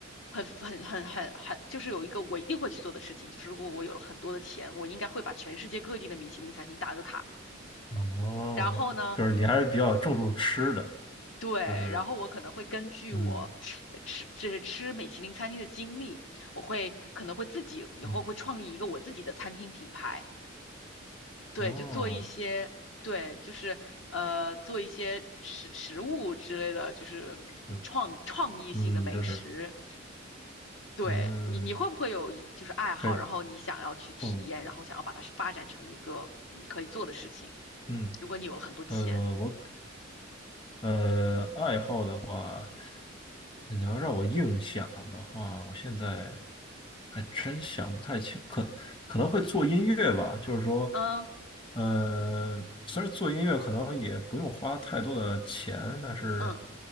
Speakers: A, on the left; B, on the left.
A: 很、很、很、很、很，就是有一个我一定会去做的事情，就是如果我有了很多的钱，我应该会把全世界各地的米其林餐厅打个卡。
B: 哦，
A: 然后呢，
B: 就是你还是比较注重吃的，
A: 对，
B: 就是
A: 然后我可能会根据我吃吃就是吃米其林餐厅的经历，
B: 嗯
A: 我会可能会自己以后会创立一个我自己的餐厅品牌，
B: 嗯
A: 对，
B: 哦
A: 就做一些。对，就是呃，做一些食食物之类的，就是创创意性的美食。
B: 嗯嗯，就是
A: 对你，
B: 嗯
A: 你会不会有一就是爱好，
B: 可以
A: 然后你想要去体验，
B: 哦
A: 然后想要把它发展成一个嗯可以做的事情？
B: 嗯
A: 如果你有了很多钱，
B: 呃，我呃，爱好的话，你要让我硬想的话，我现在还真想不太清，可可能会做音乐吧。就是说，
A: 嗯
B: 呃，虽然做音乐可能也不用花太多的钱，但是，
A: 嗯，